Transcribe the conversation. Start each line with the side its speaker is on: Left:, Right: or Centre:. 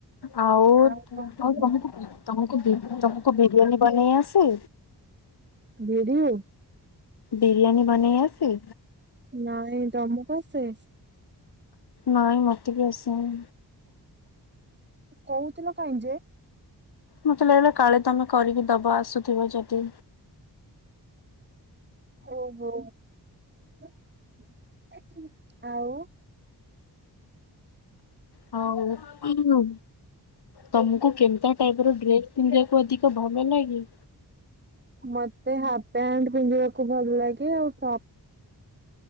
Left: ଆଉଁ
Right: ଆଉ କଣ
Left: ତମକୁ ଆଉ ତମକୁ ବିରିୟା ତମକୁ ବିରିୟାନୀ ବନେଇ ଆସେ?
Right: ଭିଡିଓ
Left: ବିରିୟାନୀ ବନେଇ ଆସେ
Right: ନାଇଁ ତମକୁ ଆସେ?
Left: ନାଇଁ ମୋତେ ବି ଅସେନି?
Right: କହୁଥିଲ କାହିଁ ଯେ?
Left: ମୋତେ ଲାଗିଲା କାଳେ ତମେ କରିକି ଦବ ଆସୁଥିବ ଯଦି
Right: ଓ ହୋ ଅଛି୍ମି ଆଉ।
Left: ହଉ। ତମକୁ କେମିତିଆ ଟାଇପ ର ଡ୍ରେସ ପିନ୍ଧିବାକୁ ଅଧିକ ଭଲ ଲାଗେ?
Right: ମତେ ହାଫ ପ୍ୟାଣ୍ଟ ପିନ୍ଧିବାକୁ ଭଲ ଲାଗେ ଆଉ ସା